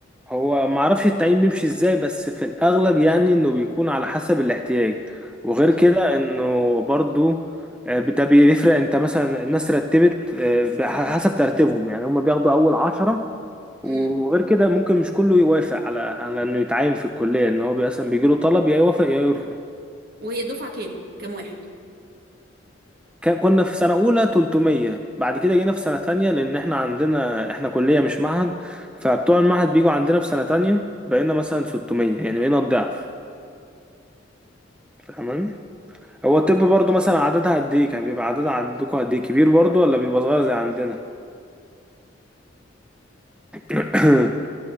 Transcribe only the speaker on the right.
امم
امم
وهي الدفعة كام كام واحد